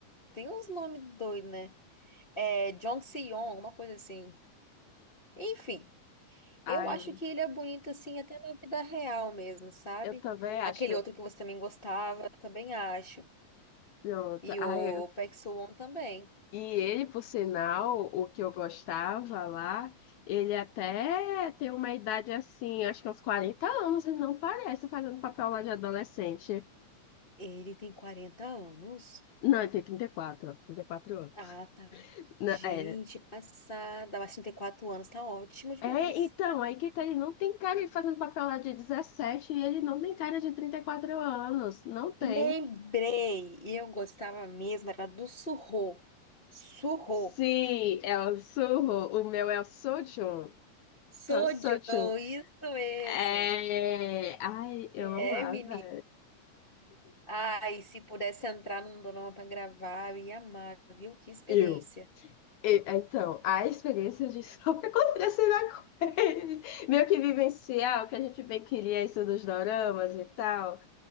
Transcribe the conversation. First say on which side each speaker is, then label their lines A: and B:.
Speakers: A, on the left; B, on the left.
A: Tem uns nomes doidos, né? É Jong Se-yong, alguma coisa assim. Enfim.
B: Ai,
A: Eu acho que ele é bonito assim até na vida real mesmo, sabe?
B: eu também acho.
A: Aquele outro que você também gostava, também acho.
B: Pronto.
A: E
B: Ai,
A: o
B: eu-
A: Park Soo-won também.
B: e ele, por sinal, o que eu gostava lá, ele até tem uma idade assim, acho que uns 40 anos, ele não parece fazendo papel lá de adolescente.
A: Ele tem quarenta anos.
B: Não, ele tem 34, quatro trinta e quatro anos.
A: Ah, tá.
B: Na-
A: Gente,
B: É,
A: passada. Mas 34 anos tá ótimo demais.
B: é, então, aí que tá, ele não tem cara de fazendo papel lá de 17 e ele não tem cara de 34 anos. Não tem.
A: Lembrei. E eu gostava mesmo, era do Surro. Surro.
B: Sim, é o Surro. O meu é o Sojun.
A: Sojo,
B: É o Sojun.
A: isso mesmo.
B: É... Ai, eu
A: É,
B: amava.
A: menino. Ai, se pudesse entrar num dorama pra gravar, eu ia amar, viu? Que experiência.
B: Eu. E- Então, a experiência de <laughs> só o que acontece na coisa. Meio que vivenciar o que a gente bem queria, isso dos doramas e tal.